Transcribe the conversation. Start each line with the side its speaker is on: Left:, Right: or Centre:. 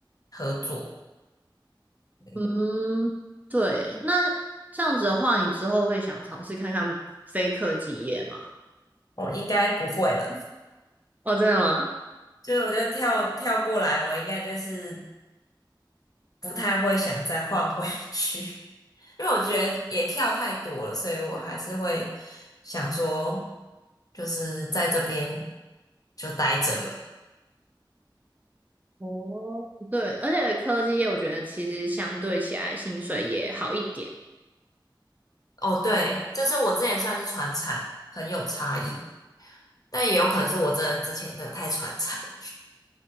Left: 合作。对
Right: 嗯，对。那这样子的话，你之后会想尝试看看非科技业吗？
Left: 我应该不会了，
Right: 哦，真的吗？
Left: <laughs> 就是我就跳跳过来，我应该就是不太会想再换回去。因为我觉得也跳太多了，所以我还是会想说，就是在这边就待着了。
Right: 哦，对，而且科技业我觉得其实相对起来薪水也好一点。
Left: 哦，对，就是我之前算是传产，很有差异，但也有可能是我真的之前那个太传产了，